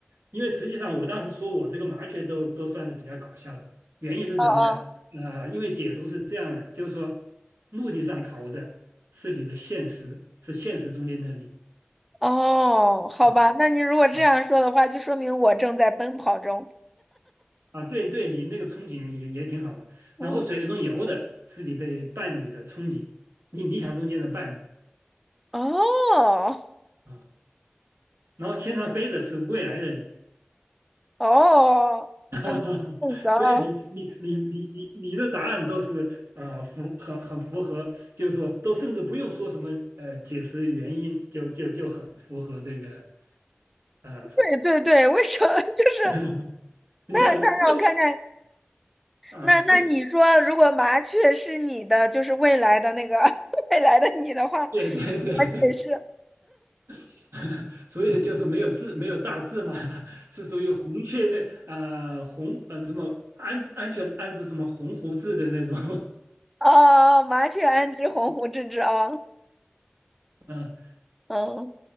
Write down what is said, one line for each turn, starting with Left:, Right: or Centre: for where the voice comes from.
Right: 因为实际上我当时说我这个麻雀都都算是比较搞笑的。原因是什么呢？
Centre: 嗯，
Right: 呃，因为解读是这样的，就是说，陆地上跑的是你的现实，是现实中间的你
Centre: 嗯，哦，好吧，
Right: 啊
Centre: 那你如果这样说的话，
Right: 啊
Centre: 就说明我正在奔跑中。
Right: 啊，对对，你那个憧憬也也挺好嘛。
Centre: 嗯，
Right: 然后水中游的是你对伴侣的憧憬，你理想中间的伴侣
Centre: 哦
Right: 啊。然后天上飞的是未来的你，
Centre: 哦，
Right: <laughs>
Centre: 很骚。
Right: 所以你你你你你你的答案都是呃符很很符合，就是说都甚至不用说什么呃解释原因，就就就很符合这个呃。
Centre: 对对对，为什么？<laughs> 就是
Right: <laughs> 你像胃，
Centre: 那那让我看看，
Right: 啊，
Centre: 那那你说，
Right: 所以
Centre: 如果麻雀是你的，就是未来的那个 <laughs> 未来的你的话，怎
Right: 对对对对，
Centre: 么解释？
Right: <laughs> 所以就是没有字，没有大字嘛，是属于红雀那啊、呃红啊什么安安全安置什么红胡子的那种，
Centre: 哦，麻雀安知鸿鹄之志啊？
Right: <laughs> 嗯、
Centre: 嗯，